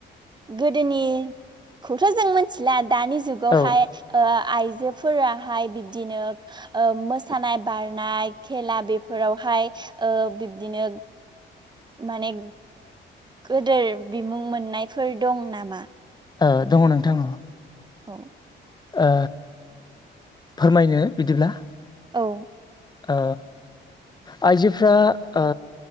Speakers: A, on the right (about 20°); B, on the left (about 20°).
A: गोदोनि खौथ' जों मोन्थिला दानि जुगावहाय
B: औ ओ
A: ओ आइ जोफोराहाय बिब्दिनो ओ मोसानाय बारनाय खेला बेफोरावहाय ओ बिब्दिनो माने गोदोर बिमुं मोननायफोर दं नामा?
B: ओ दङ' नोंथां
A: औ
B: ओ फोरमायनो बिदिब्ला
A: औ
B: ओ आइजोफ्रा ओ